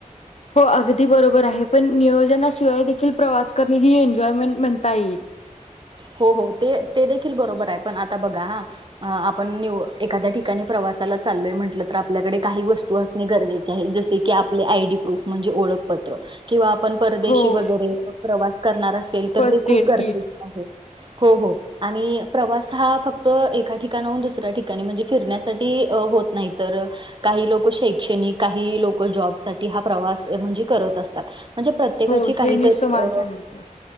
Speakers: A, on the left; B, on the right.
A: हो अगदी बरोबर आहे पण नियोजनाशिवाय देखील प्रवास करणे ही एन्जॉयमेंट म्हणता येईल.
B: ह <inaudible> <unintelligible> हो हो ते देखील बरोबर आहे, पण आता बघा हा आपण एखाद्या ठिकाणी प्रवास त्याला चालोय म्हटलं आपल्याडे काही वस्तू असणे गरजे जसे की आपले आयडी प्रूफ म्हणजे ओळखपत्र किंवा आपण परदेशी
A: हो
B: वगैरे प्रवास करणार असेल तर
A: फर्स्ट
B: ते खूप
A: एड
B: गरजेचे
A: किट
B: आहे. हो- हो आणि प्रवास हा फक्त एका ठिकाणाहून दुसऱ्या ठिकाणी म्हणजे, फिरण्यासाठी होत नाही तर लोक शैक्षणिक, काही लोक जॉबसाठी प्रवास म्हणजे करतील करत असतात म्हणजे प्रत्येकाची
A: हो
B: काही
A: हे मीच
B: तर
A: तुम्हाला सांगितलं